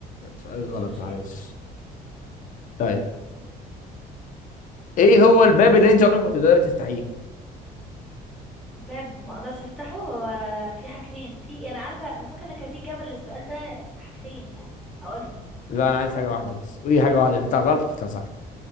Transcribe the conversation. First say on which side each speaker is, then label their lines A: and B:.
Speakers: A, on the left; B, in the centre.
A: سؤالك غلط
B: مش مشكلة
A: معلش طيب ايه هو الباب اللي انت عمرك ما تقدري تفتحيه
B: باب ما اقدرش افتحه هو في حاجتين في انا عارفه انا فاكره ان كان في جبل للسؤال ده حاجتين يعني هقولهم
A: لا انا عايز حاجه واحده بس وايه حاجه واحده تطلع غلط تطلع صح